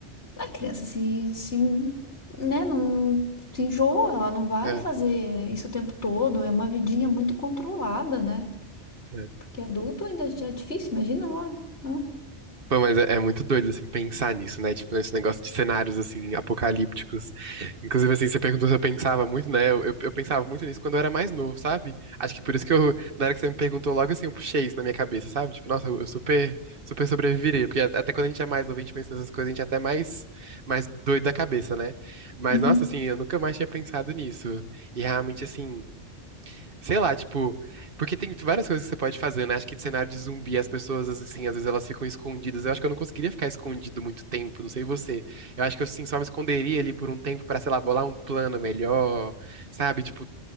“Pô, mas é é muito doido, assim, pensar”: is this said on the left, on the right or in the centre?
Right